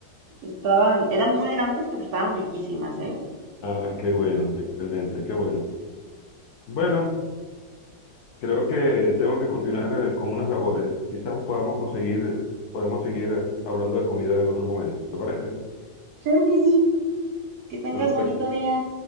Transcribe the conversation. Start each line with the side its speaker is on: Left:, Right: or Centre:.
Right: Estaban, eran muy grandes, pero estaban riquísimas, ¿eh?
Left: Ah, qué bueno, excelente, qué bueno. Bueno, creo que tengo que continuar eh, con unas labores. Quizás podamos conseguir, podemos seguir hablando de comida en otro momento. ¿Te parece?
Right: Claro que sí. Que tengas
Left: Perfecto.
Right: bonito día.